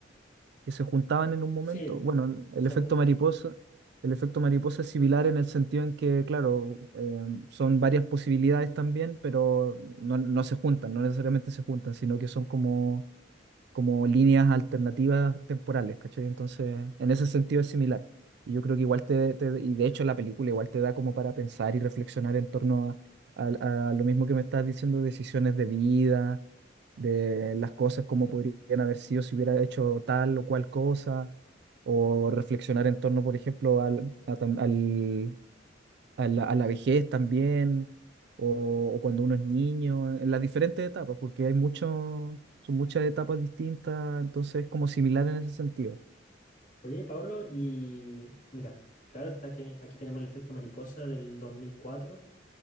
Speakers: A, on the right; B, on the left.
A: que se juntaban en un momento.
B: Sí,
A: Bueno, el,
B: son
A: el efecto
B: tres.
A: mariposa, el efecto mariposa es similar en el sentido en que, claro, eh, son varias posibilidades también, pero no, no se juntan, no necesariamente se juntan, sino que son como como líneas alternativas temporales, ¿cachai? Entonces, en ese sentido es similar. Y yo creo que igual te, te- y de hecho la película igual te da como para pensar y reflexionar en torno a, a- a lo mismo que me estás diciendo, decisiones de vida, de las cosas como podrían haber sido si hubiera hecho tal o cual cosa, o reflexionar en torno, por ejemplo, al, a tam- al a la, a la vejez también, o, o cuando uno es niño, en las diferentes etapas, porque hay mucho, son muchas etapas distintas, entonces es como similar en ese sentido.
B: Oye, Pablo, y mira, claro está que aquí tenemos el efecto mariposa del 2004.